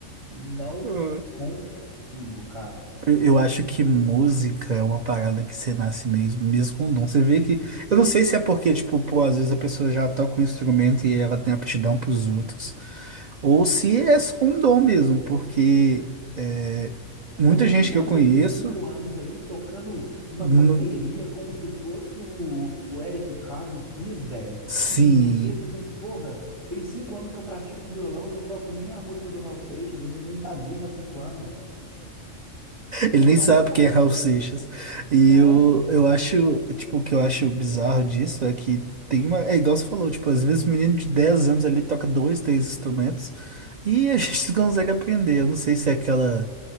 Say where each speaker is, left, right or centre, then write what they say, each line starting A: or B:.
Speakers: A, on the right; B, on the right.
A: Não
B: eh,
A: consigo, cara.
B: Eu eu acho que música é uma parada que você nasce mesmo, mesmo com dom. Você vê que. Eu não sei se é porque, tipo, pô, às vezes a pessoa já toca um instrumento e ela tem aptidão pros outros. Ou se é só um dom mesmo, porque eh,
A: Você
B: muita
A: vê
B: gente
A: criança
B: que eu conheço,
A: de 5 anos aí tocando uma
B: nu-
A: bateria como se fosse o, o Eric Carr do Kiss, velho.
B: sim,
A: E não sei o quê. Você pensa, porra, tem 5 anos que eu pratico violão, eu não toco nem a música do Raul Seixas. O menino tá vivo há 5 anos, velho.
B: Ele
A: É
B: nem
A: dom,
B: sabe
A: pô.
B: quem é Raul Seixas. E
A: É.
B: eu, eu acho, tipo, o que eu acho bizarro disso é que tem uma. É igual você falou, tipo, às vezes um menino de 10 anos ali toca dois, três instrumentos e a <laughs> gente não consegue aprender. Eu não sei se é aquela.